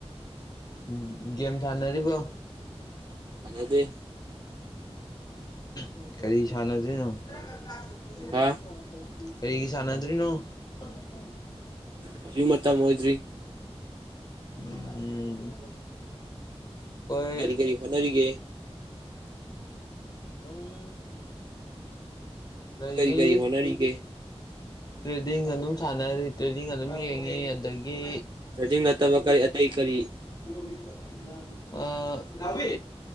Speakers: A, on the left (about 35°); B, on the right (about 45°).
A: ꯎꯝ ꯒꯦꯝ ꯁꯥꯟꯅꯔꯤꯕꯣ
B: ꯁꯥꯟꯅꯗꯦ
A: ꯎꯝ ꯀꯔꯤ ꯁꯥꯟꯅꯗꯣꯏꯅꯣ <unintelligible>
B: ꯍꯥ
A: ꯀꯔꯤꯒꯤ ꯁꯥꯟꯅꯗ꯭ꯔꯤꯅꯣ <unintelligible>
B: ꯍꯧꯖꯤꯛ ꯃꯇꯝ ꯑꯣꯏꯗ꯭ꯔꯤ
A: ꯎꯝ ꯑꯩꯈꯣꯏ
B: ꯀꯔꯤ ꯀꯔꯤ ꯍꯣꯠꯅꯔꯤꯒꯦ
A: ꯑꯗꯨꯝ ꯂꯩꯩꯔꯤ
B: ꯀꯔꯤ ꯀꯔꯤ ꯍꯣꯠꯅꯔꯤꯒꯦ
A: ꯇ꯭ꯔꯦꯗꯤꯡ ꯑꯗꯨꯝ ꯁꯥꯟꯅꯔꯤ ꯇ꯭ꯔꯦꯗꯤꯡ ꯑꯗꯨꯝ ꯌꯦꯡꯉꯤ ꯑꯗꯒꯤ
B: ꯇ꯭ꯔꯦꯗꯤꯡ ꯅꯠꯇꯕ ꯀꯔꯤ ꯑꯇꯩ ꯀꯔꯤ
A: <unintelligible> ꯑꯥ ꯅꯥꯎꯕꯤ